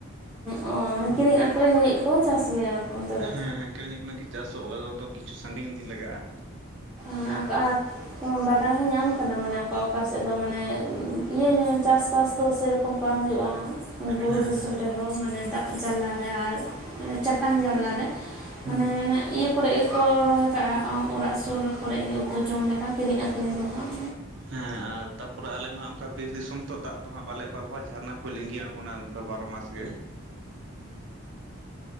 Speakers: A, in the centre; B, on the right.
A: ᱚ
B: ᱦᱩᱸ
A: ᱠᱤᱨᱤᱧ ᱟᱠᱷᱨᱤᱧ ᱞᱟᱹᱜᱤᱫ ᱠᱚ ᱪᱟᱥ ᱜᱮᱭᱟ᱾ ᱚᱱᱛᱮ ᱫᱚ
B: ᱦᱮᱸ ᱦᱮᱸ ᱠᱤᱨᱤᱧ ᱟᱹᱠᱷᱨᱤᱧ ᱜᱮ ᱪᱟᱥᱚᱜᱼᱟ ᱫᱚ ᱠᱤᱪᱷᱩ ᱥᱟᱺᱜᱤᱧ ᱤᱫᱤ ᱞᱟᱜᱟᱜᱼᱟ᱾
A: ᱚ ᱠ ᱵᱟᱰᱟᱭ ᱦᱚᱸ ᱧᱟᱢ ᱟᱠᱟᱱᱟ ᱢᱟᱱᱮ ᱚᱠᱟ ᱚᱠᱟ ᱥᱮᱫ ᱫᱚ ᱢᱟᱱᱮ ᱤᱭᱟᱹᱧ ᱪᱟᱥ᱾ ᱯᱟᱥ ᱫᱚ ᱥᱮᱨᱚᱠᱚᱢ ᱵᱟᱝ ᱦᱩᱭᱩᱜᱼᱟ ᱵᱩᱨᱩ
B: ᱦᱮᱸ
A: ᱫᱤᱥᱚᱢ
B: ᱦᱮᱸ
A: ᱨᱮᱦᱚᱸ᱾ ᱢᱟᱱᱮ ᱫᱟᱜ ᱡᱟᱞᱟᱮ ᱟᱨ ᱪᱟᱴᱟᱝ ᱡᱟᱞᱟᱮ
B: ᱦᱩᱸ
A: ᱢᱟᱱᱮ ᱤᱭᱟᱹ᱾ ᱠᱚᱨᱮ ᱜᱮᱠᱚ ᱨᱚᱦᱚᱭ ᱠᱟᱜᱼᱟ ᱚᱲᱟᱜ ᱥᱩᱨ ᱠᱚᱨᱮᱜ ᱩᱛᱩ ᱡᱚᱢ ᱞᱮᱠᱟ ᱠᱤᱨᱤᱧ ᱟᱹᱠᱷᱨᱤᱧ ᱫᱚ ᱵᱟᱝ᱾
B: ᱦᱮᱸ ᱟᱨ ᱛᱟᱯᱚᱨᱮ ᱟᱞᱮ ᱢᱟᱜ ᱚᱱᱠᱟ ᱵᱤᱨ ᱫᱤᱥᱚᱢ ᱛᱚ ᱫᱟᱜ ᱫᱚ ᱦᱟᱸᱜ ᱵᱟᱞᱮ ᱚᱵᱟᱵᱚᱜᱼᱟ ᱡᱷᱟᱨᱱᱟ ᱠᱷᱚᱱ ᱞᱤᱸᱜᱤ ᱟᱬᱜᱚᱱᱟ᱾ ᱚᱱᱠᱟ ᱵᱟᱨᱚ ᱢᱟᱥ ᱜᱮ᱾